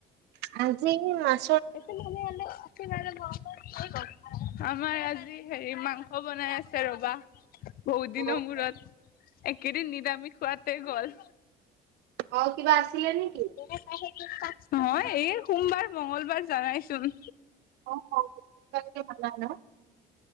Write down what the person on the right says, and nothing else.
আজি মাছ
অ
অ', কিবা আছিলে নেকি।
অ তোমালোকে পালা ন